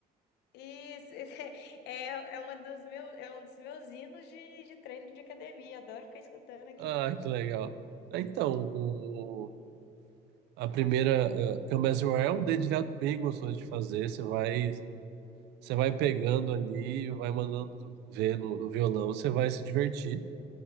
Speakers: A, on the left (about 85°); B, on the right (about 85°).
A: isso <laughs> é, é uma dos meus é um dos meus hinos de, de treino de academia. Adoro ficar escutando aquilo.
B: Ah, que legal. Ah, Então, o, a primeira uh, Come As You Are é um dedilhado bem gostoso de fazer. Você vai, você vai pegando ali, vai mandando ver no, no violão, você vai se divertir.